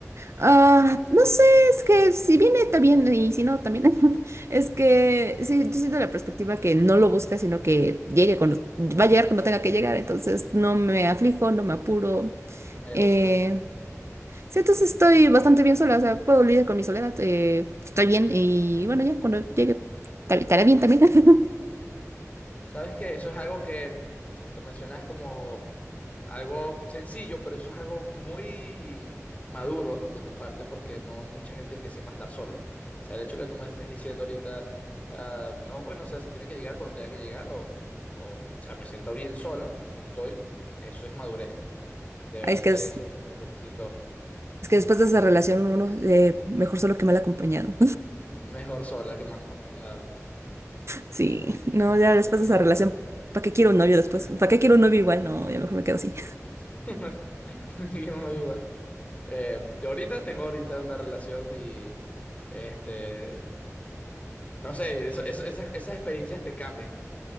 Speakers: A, on the right; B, on the left.
A: Ah, no sé, es que si viene está bien y si no también. <laughs> Es que sí, yo siento la perspectiva que no lo busca, sino que llegue cuando va a llegar cuando tenga que llegar, entonces no me aflijo, no me apuro.
B: Me
A: Eh,
B: gusta. Ujú.
A: sí, entonces estoy bastante bien sola, o sea, puedo lidiar con mi soledad, eh, estoy bien y bueno, ya cuando llegue tal- estaré bien también. <laughs>
B: Sabes que eso es algo que lo mencionas como. Algo sencillo, pero eso es algo muy maduro de tu parte porque no hay mucha gente que sepa estar solo. O sea, el hecho que tú me estés diciendo ahorita, ah, no, bueno, o sea, si tiene que llegar cuando tenga que llegar o, o, o sea, me siento bien sola como estoy, eso es madurez. De verdad
A: Ay, es que
B: que
A: es,
B: eso te felicito.
A: es que después de esa relación uno eh, mejor solo que mal acompañado.
B: Mejor sola que mal acompañado.
A: Sí, no,
B: Eso,
A: ya después
B: eso
A: de
B: está
A: esa relación,
B: bueno.
A: ¿para qué quiero un novio después? ¿Para qué quiero un novio igual? No, ya mejor me quedo así.
B: <laughs> Porque yo no me veo igual. Eh, yo ahorita tengo ahorita una relación y este No sé, eso- eso- esas, esas experiencias te cambian.